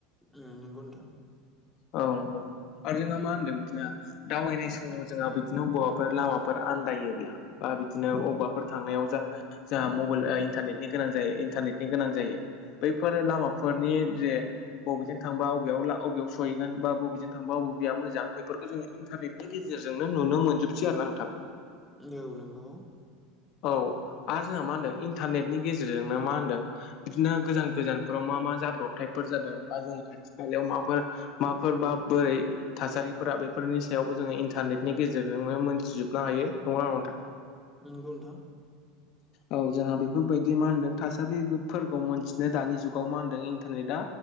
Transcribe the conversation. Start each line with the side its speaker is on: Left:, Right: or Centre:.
Centre: उ नंगौ नोंथां
Left: औ नंगौ आरो जोंहा मा होनदों बिदिनो दावबायनाय समाव जोंहा बिदिनो बबाफोर लामा फोर आन्दायोब्ला बा बिदिनो अबावबाफोर थांनायाव जा जाहा मबाइल इन्टारनेटनि गोनां जायो इन्टारनेटनि गोनां जायो बैफोर लामाफोरनि जे बबेजों थांबा बबेयाव बबेयाव सहैगोन बा बबेजों थांबा बबेया मोजां बेफोरखौ जोङो इन्टारनेटनि गेजेरजोंनो नुनो मोनजोबसै आरो ना नोंथां
Centre: औ नंगौ
Left: औ आरो जोंहा मा होनदों इन्टारनेटनि गेजेरजोंनो मा होनदों बिदिनो गोजान गोजानफोराव मा मा जाब्रबथायफोर जादों बा जोंनि खाथि खालायाव माफोर माफोरबा बोरै थासारिफोरा बेफोरनि सायावबो जोङो इन्टारनेटनि गेजेरजोंनो मोनथिजोबनो हायो नंङा होमबा नोंथां
Centre: नंगौ नोंथां
Left: औ जोंहा बेफोरबायदि मा होनदों थासारिफोरखौ मोनथिनो दानि जुगाव मा होनदों इन्टारनेटआ